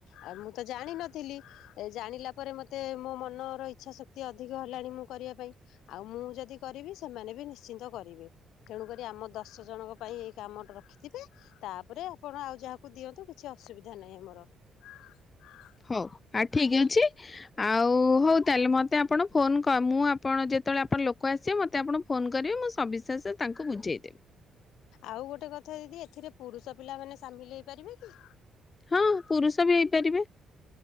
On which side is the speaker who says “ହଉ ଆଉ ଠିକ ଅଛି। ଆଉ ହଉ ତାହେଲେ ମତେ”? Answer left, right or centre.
Left